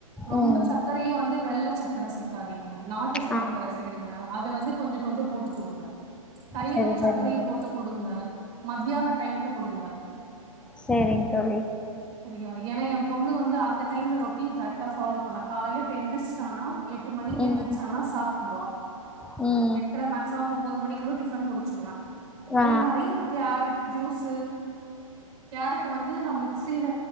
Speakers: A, on the right; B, in the centre.
A: ரொம்ப
B: ம்
A: சக் கரையு வந்து வெள்ள சக்கர சேக்காதீங்க நாட்டு சக்கர
B: ஆ
A: சேருங்க அத வந்து கொஞ்சொ கொஞ்சொ போட்டு குடுங்க தயிரு
B: சரி
A: சக்கரையு
B: சரிங்க தோழி
A: போட்டு குடுங்க மத்தியான டைம்ல குடுங்க
B: செரிங் தோழி
A: செரியா ஏன்னா ஏ பொண்ணு வந்து அந்த டைம்ல ரொட் டின் கரெக்டா ஃபாலோ பண்ண காலைல இப்ப எந்திர்ச்டானா எட்டு மணிக்கு
B: ம்
A: எந்திர்ச்சானா சாப்புடுருவா
B: ம்
A: எட்ர மேக்சிமம் ஒம்போது மணிக்குள்ள டிஃபன் முடிச்சிருவ அதே
B: ஆ
A: மாரி கேரட் ஜூஸு கேரட் வந்து நா மிக்சில